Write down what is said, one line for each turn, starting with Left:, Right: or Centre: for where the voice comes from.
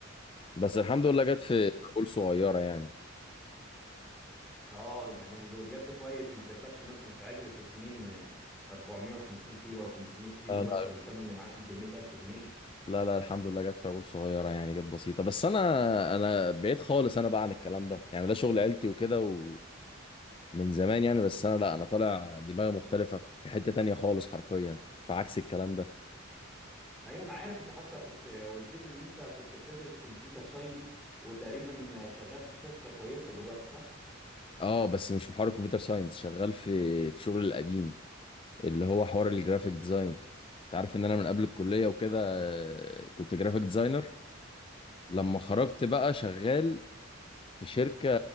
Left: بس الحمد لله جت في عقول صغيره يعني
Centre: اه يعني بجد كويس ما جاتلكش مثلا في عجل تسمين آه، 450 كيلو ولا 500 كيلو
Left: اه
Centre: مثلا ثمنه يعدي ال 100000 جنيه
Left: لا لا الحمد لله جت فاول صغيره يعني جت بسيطه بس انا انا بعيد خالص انا بقى عن الكلام ده يعني ده شغل عيلتي وكده ومن زمان يعني بس انا لا انا طالع دماغي مختلفه في حته تانية خالص حرفيا في عكس الكلام ده
Centre: ايوه انا عارف انت حتى كنت آه، قلت لي ان انت كنت بتدرس كمبيوتر ساينس وتقريبا آه، شغال في شركة كويسة دلوقتي صح؟
Left: اه بس مش في حوار الكمبيوتر ساينس شغال في في شغل القديم اللي هو حوار الجرافيك ديزاين انت عارف ان انا من قبل الكليه وكده آه، كنت جرافيك ديزاينر لما خرجت بقى شغال في شركه